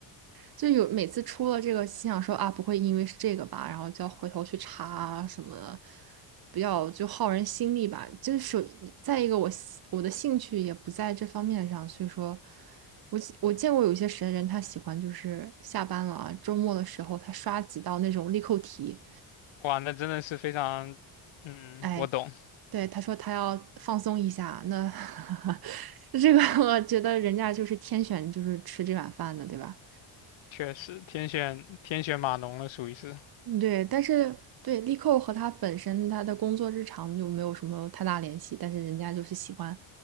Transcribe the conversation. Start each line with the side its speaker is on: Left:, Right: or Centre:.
Right: 就有每次出了这个，心想说啊，不会因为是这个吧，然后就要回头去查啊什么的，比较就耗人心力吧。就是再一个我喜我的兴趣也不在这方面上，所以说我喜我见过有一些神人，他喜欢就是下班了啊，周末的时候他刷几道那种力扣题，
Left: 哇，那真的是非常，嗯，
Right: 哎，
Left: 我懂，
Right: 对，他说他要放松一下，那 <laughs> 这个我觉得人家就是天选就是吃这碗饭的，对吧？
Left: 确实天选天选码农了，属于是。
Right: 对，但是对力扣和他本身他的工作日常就没有什么太大联系，但是人家就是喜欢